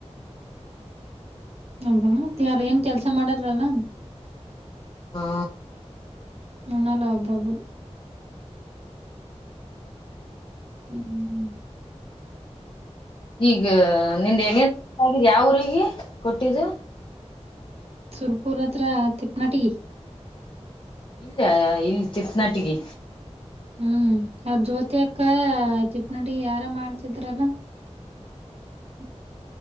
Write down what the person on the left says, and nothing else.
ಹಾ
ಈಗ ನಿಂದ ಹೆಗನ್ ಆಗ ಯಾವ ಊರಿಗೆ ಕೊಟ್ಟಿದ್ದು.
ಇಲ್ಲಯ ಇಲ್ಲಿ ತಿಪ್ಪನಟಗಿ